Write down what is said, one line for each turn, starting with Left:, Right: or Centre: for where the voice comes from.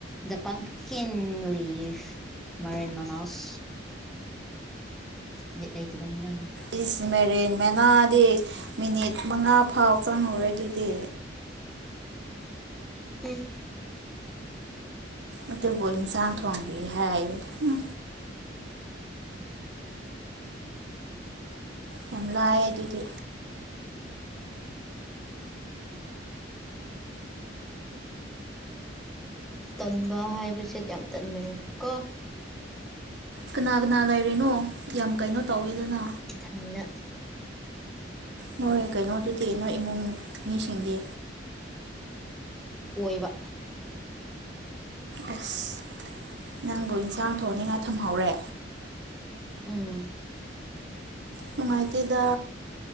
Centre: ꯗ ꯄꯝꯀꯤꯟ ꯂꯤꯐ ꯃꯥꯏꯔꯦꯟ ꯃꯅꯥ꯭ꯁ ꯕꯤꯠ ꯂꯩꯇꯕ ꯏꯤꯟꯖꯥꯡꯅꯤ
Right: ꯏꯤ꯭ꯁ ꯃꯥꯏꯔꯦꯟ ꯃꯦꯅꯥꯗꯤ ꯃꯤꯅꯤꯠ ꯃꯉꯥ ꯐꯥꯎ ꯆꯪꯉꯔꯣꯏ ꯑꯗꯨꯗꯤ
Centre: ꯎꯝ
Right: ꯑꯗꯨꯕꯨ ꯏꯟꯁꯥꯡ ꯊꯣꯡꯕꯤ ꯍꯥꯏꯌꯦ ꯍꯝ ꯌꯥꯝ ꯂꯥꯏꯑꯦ ꯑꯗꯨꯗꯤ
Centre: ꯇꯟꯕ ꯍꯥꯏꯕꯁꯦ ꯌꯥꯝ ꯇꯟꯕꯅꯤ ꯀꯣ
Right: ꯀꯅꯥ ꯀꯅꯥ ꯂꯩꯔꯤꯅꯣ ꯌꯥꯝ ꯀꯩꯅꯣ ꯇꯧꯋꯦꯗꯅ
Centre: ꯏꯊꯟꯗ
Right: ꯅꯣꯏ ꯀꯩꯅꯣꯗꯨꯗꯤ ꯅꯣꯏ ꯏꯃꯨꯡ ꯃꯤꯁꯤꯡꯗꯤ
Centre: ꯑꯣꯏꯕ
Right: ꯑꯁ ꯅꯪꯕꯨ ꯏꯟꯁꯥꯡ ꯊꯣꯡꯅꯤꯡꯉꯥꯏ ꯊꯝꯍꯧꯔꯦ
Centre: ꯎꯝ
Right: ꯅꯨꯡꯉꯥꯏꯇꯦꯗ